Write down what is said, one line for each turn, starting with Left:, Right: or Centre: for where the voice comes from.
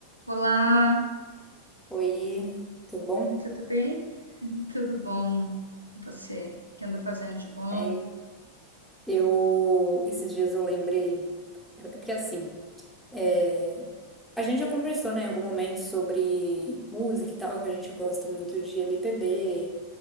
Right: Olá,
Centre: Oi, tudo bom?
Right: tudo bem? Uhum. Tudo bom? E Você, O que anda fazendo de bom?
Centre: Bem, eu esses dias eu lembrei, é é porque assim, é, a gente já conversou, né, em algum momento sobre música e tal, que a gente gosta muito de MPB,